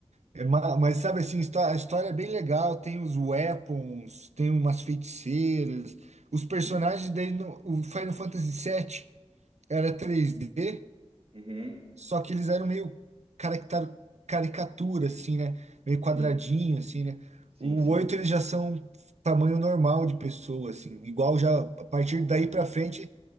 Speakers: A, on the right; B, on the right.
A: É, ma- mas sabe assim, histó- a história é bem legal, tem os weapons, tem umas feiticeiras, os personagens
B: Uhum,
A: daí no, o Final Fantasy sete era 3D
B: uhum,
A: Só que eles eram meio caractar- caricatura, assim, né? Meio quadradinho,
B: Sim,
A: assim, né?
B: sim,
A: O
B: sim.
A: 8 eles já são tamanho normal de pessoa, assim. Igual já, a partir
B: Ah,
A: daí pra frente,